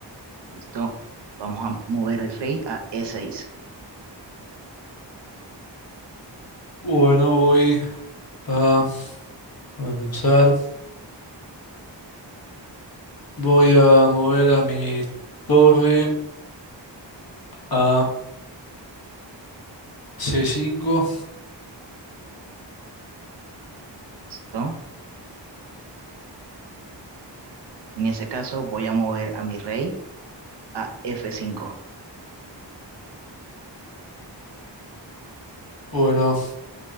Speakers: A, on the right (about 65°); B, on the left (about 55°).
A: ¿Listo? Vamos a mover el rey a E6.
B: Bueno, voy a... Déjame pensar. Voy a mover a mi torre a c cinco.
A: ¿Listo? En ese caso, voy a mover a mi rey a F5.
B: Bueno,